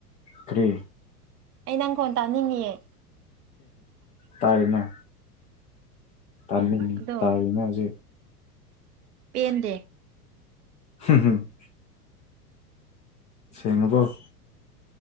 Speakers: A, on the left (about 15°); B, on the right (about 70°).
A: ꯇ꯭ꯔꯦ
B: ꯑꯩ ꯅꯪ ꯀꯣꯟ ꯇꯥꯅꯤꯡꯉꯑ
A: ꯇꯔꯅ ꯇ
B: ꯑꯗꯣ
A: ꯇꯔꯅꯖꯤ
B: ꯄꯦꯟꯗꯦ
A: ꯍꯨꯝ ꯍꯨꯝ ꯁꯦꯡꯉꯕꯣ